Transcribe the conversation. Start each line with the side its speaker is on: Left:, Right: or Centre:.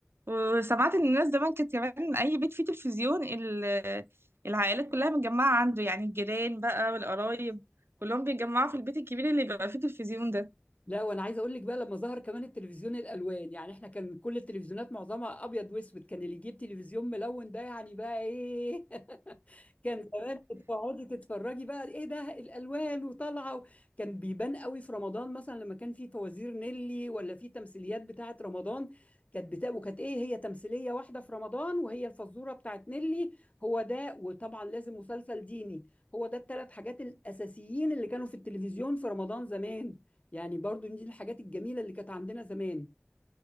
Right: وسمعت ان الناس زمان كانت كمان اي بيت فيه تلفزيون ال- العائلات كلها متجمعه عنده يعني الجيران بقى والقرايب كلهم بيتجمعوا في البيت الكبير اللي بيبقى فيه تلفزيون ده
Left: لا وانا عايز اقول لك بقى لما ظهر كمان التلفزيون الالوان يعني احنا كان كل التلفزيونات معظمها ابيض واسود كان اللي يجيب تلفزيون ملون ده يعني بقى ايه <laughs> كان زمان بتقعدي تتفرجي بقى ايه ده الالوان وطالعه و- كان بيبان قوي في رمضان مثلا لما كان في فوازير نيلي ولا في تمثيليات بتاعه رمضان كانت بتا... وكانت ايه هي تمثيليه واحده في رمضان وهي الفزوره بتاعه نيلي هو ده وطبعا لازم مسلسل ديني هو ده الثلاث حاجات الاساسيين اللي كانوا في التلفزيون في رمضان زمان يعني برضو دي الحاجات الجميله اللي كانت عندنا زمان